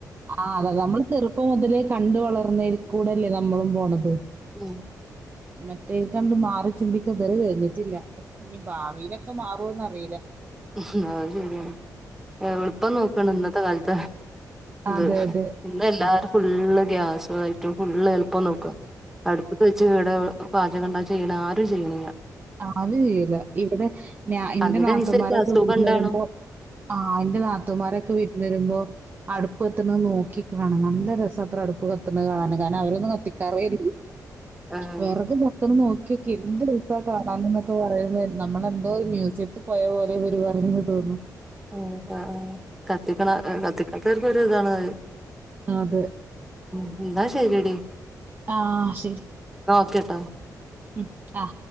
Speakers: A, on the right; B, in the centre.
A: ആഹ് അതത നമ്മള് ചെറുപ്പം മുതലേ കണ്ട് വളർന്നയിൽ കൂടെല്ലേ നമ്മളും പോണത്.
B: ഉം
A: മറ്റേ കണ്ട് മാറി ചിന്തിക്കാൻ ഇത് വരെ കഴിഞ്ഞിട്ടില്ല. ഇഞ് ഭാവിയിലൊക്കെ മാറൂവോന്നറീല.
B: അത് ശെരിയാണ് എളുപ്പം നോക്ണ് ഇന്നത്തെ കാലത്ത് ഇത്
A: അതെ അതെ
B: ഇന്നെല്ലാരു ഫുള്ള് ഗ്യാസായിട്ടും ഫുള്ള് എൾ പ്പം നോക്കാ. അടുപ്പത്ത് വെച്ച് വടെ പാചകണ്ടാ ചെയ്യണെ ആരും ചെയ്യ്ണില്ല.
A: ആരും ചെയ്യൂല. ഇവിടെ ഞാ ഇന്റെ
B: അതിനനുസരിച്ച്
A: നാത്തുമാരൊക്കെ
B: അസുഖം
A: വിരുന്ന്
B: ഉണ്ടാണു
A: വരുമ്പോ ആഹ് ഇന്റെ നാത്തുൻമാരൊക്കെ വിരുന്ന് വരുമ്പോ അടുപ്പ് കത്തുന്നത് നോക്കിക്ക്ണെ കാണാ. നല്ല രസാത്രേ അടുപ്പ് കത്തുന്നത് കാണാന് കാര ണവരൊന്നും കത്തിക്കാറേല്ല.
B: ആഹ്
A: വെറക് കത്ത്ണ നോക്കിയോക്കി എന്ത് ര ക്കെ കാണാന് ന്നൊക്കെ പറയുമ്പേ നമ്മളെന്തോ ഒരു മ്യൂസിയത്തിൽ പോയ പോലെ ഇവര് പറയുന്നത് തോന്നും.
B: ഉം ആഹ് ആഹ് കത്തിക്കണ കത്തിക്കാത്തോർക്കൊരുതാണത്.
A: അതെ
B: ഉം ഇന്ന ശെരിയെടി
A: ആ ശരി
B: ന്നാ ഓക്കേട്ടോ.
A: ഉം അഹ്.